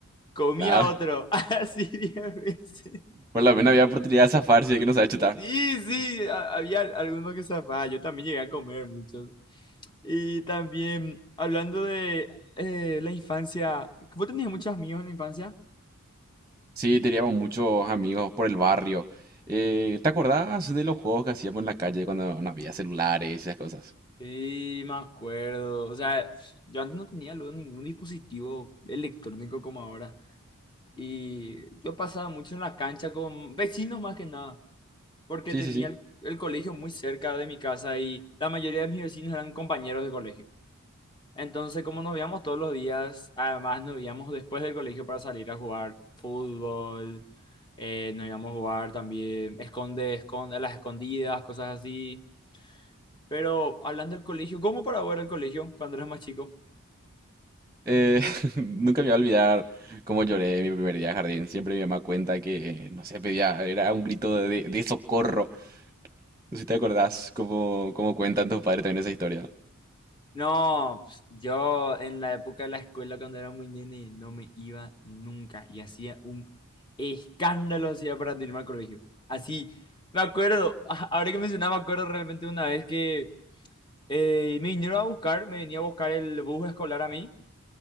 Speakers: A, on the left; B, on the right.
A: Comía
B: Claro.
A: otro, <laughs> así 10 veces.
B: Por lo menos había oportunidad de zafarse si es que no sabía chutar.
A: Sí, sí, a- había algunos que zafaba, yo también llegué a comer muchos. Y también, hablando de eh, la infancia, ¿vos tenías muchos amigos en la infancia?
B: Sí, teníamos muchos amigos por el barrio. Eh, ¿te acordás de los juegos que hacíamos en la calle cuando no había celulares y esas cosas?
A: Sí, me acuerdo. O sea, yo antes no tenía luego ningún dispositivo electrónico como ahora. Y yo pasaba mucho en la cancha con vecinos más que nada, porque
B: Sí,
A: tenía
B: sí, sí.
A: el, el colegio muy cerca de mi casa y la mayoría de mis vecinos eran compañeros de colegio. Entonces, como nos veíamos todos los días, además nos veíamos después del colegio para salir a jugar fútbol, eh, nos íbamos a jugar también esconde, esconde, a las escondidas, cosas así. Pero hablando del colegio, ¿cómo para ver el colegio cuando eras más chico?
B: Eh, <laughs> nunca me voy a olvidar cómo lloré mi primer día de jardín. Siempre mi mamá cuenta que, no sé, pedía, era un grito de, de- de socorro. No sé si te acordás cómo, cómo cuentan tus padres también esa historia.
A: No, pues, yo en la época de la escuela cuando era muy nene no me iba nunca y hacía un escándalo hacía para no irme al colegio. Así, me acuerdo, a- ahora que mencionaba, me acuerdo realmente una vez que eh, me vinieron a buscar, me venía a buscar el bus escolar a mí